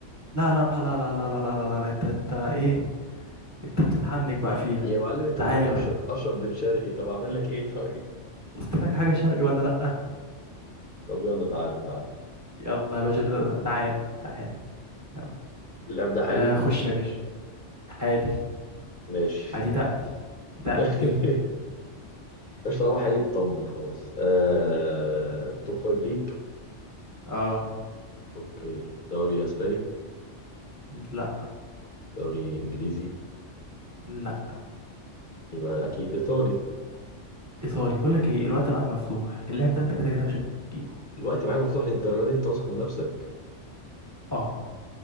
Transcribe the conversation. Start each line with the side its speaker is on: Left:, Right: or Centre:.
Right: لا لا لا لا لا لا لا لا, لا. انت انت ايه انت بتتحنك بقى فيها
Left: يا معلم انت
Right: تعالى
Left: بتقولي اشرف اشرف بن شرقي طب اعمل لك ايه <laughs> طيب؟
Right: قلت لك حاجة شرقي ولا لأ
Left: طب يلا تعالى تعالى
Right: يلا يا باشا تعالى تعالى يلا
Left: اللعب ده حالي
Right: آه خش يا باشا حالي
Left: ماشي
Right: عادي دقني دقني
Left: <laughs> مش طالما حالي اطمن خلاص آه... توب فايف ليج
Right: اه
Left: اوكي دوري اسباني
Right: لا
Left: دوري انجليزي
Right: لا
Left: يبقى اكيد ايطالي
Right: ايطالي بقول لك ايه الوقت معاك مفتوح اللعب ده انت كده كده مش هتجيبه
Left: الوقت معايا مفتوح للدرجه دي انت واثق من نفسك
Right: اه